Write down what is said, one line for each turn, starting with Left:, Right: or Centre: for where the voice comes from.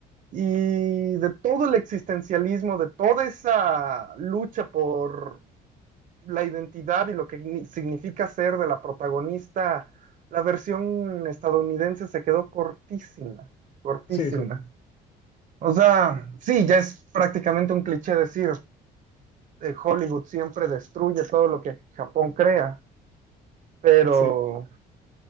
Right: y de todo el existencialismo, de toda esa lucha por la identidad y lo que significa ser de la protagonista, la versión estadounidense se quedó cortísima, cortísima.
Left: Sí, sí,
Right: O sea, sí, ya es prácticamente un cliché decir, eh, Hollywood siempre destruye todo lo que Japón crea, pero
Left: sí.